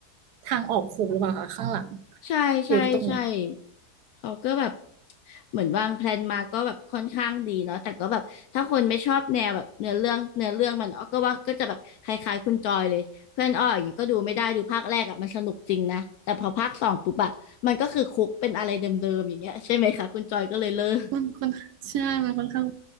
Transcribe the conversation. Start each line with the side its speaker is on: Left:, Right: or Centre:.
Right: ทางออกหูหรือเปล่าคะข้างหลัง
Left: ใช่ใช่ใช่
Right: หรือตรงไหน
Left: เขาก็แบบเหมือนวางแพลนมาก็แบบค่อนข้างดีเนาะแต่ก็แบบถ้าคนไม่ชอบแนวแบบเนื้อเรื่องเนื้อเรื่องมันอ้อก็ว่าก็จะแบบคล้ายๆคุณจอยเลยเพื่อนอ้ออย่างเงี้ยก็ดูไม่ได้ดูภาคแรกอะมันสนุกจริงนะแต่พอภาคสองปุ๊บอะมันก็คือคุกเป็นอะไรเดิมๆอย่างเงี้ยใช่ไหมคะคุณจอยก็เลยเลิก
Right: มันค่อนใช่มันค่อนข้าง